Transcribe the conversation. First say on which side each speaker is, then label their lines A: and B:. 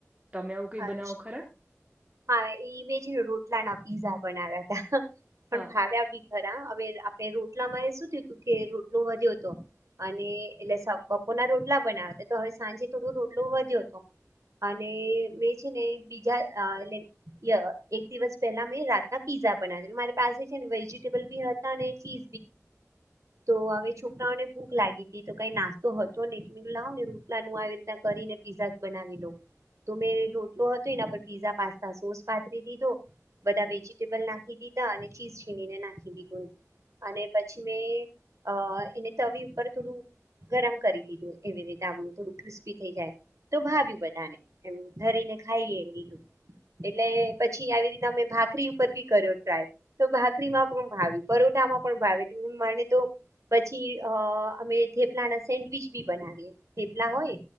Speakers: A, on the right (about 30°); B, on the right (about 80°).
A: તમે આવું કઈ
B: હા,
A: બનાવો ખરા
B: હા એ ઇમેજીન રોટલા ના પીઝા બનાવ્યા ત
A: હા
B: પણ ભાવ્યાી રા હવે આપણે રોટલા મારે શું થયું તું કે રોટલું વધ્યો તો અને એટલે બકો ના રોટલા બનાવે તો હવે સાંજે થોડું રોટલોું વધ્યો હતો અને બે છે ને બીજા એટલે ય એક દિવસ પહેલા મેં રાતના પીઝા બનાવી દું મારી પાસે છે ને વેજીિટેબલ બી હતા ચી તો હવે છોકરાઓને ભૂખ લાગી હતી તો કઈ નાસ્તો હતો ને લાવો ને ર <unintelligible> આવી રીતના કરીને પીઝા જ બનાવી લો મે રોટલો હતો એના પર પીઝા પાસ્તા સોસ પાથરી દીધો બધા વેજીટેબલ નાખી દીધા અને ચીઝ છીણીને નાખી દીધું અને પછી મેં અ એને તવી ઉપર થોડું ગરમ કરી દીધું એવી રીતે આમ થોડું ક્રિસ્પી થઈ જાય તો ભાવ્યું બધાને એમ ધરીને ખાઈ લીધું એટલે પછી આવી રીતે અમે ભાખરી ઉપર બી કર્યો ટ્રાય તો ભાખરીમાં પણ ભાવ્યું પરોઠામાં પણ ભાવ્યું એટ માને તો પછી અ અમે થેપલા ના સેન્ડવીચ બી બનાવીએ થેપલા હોય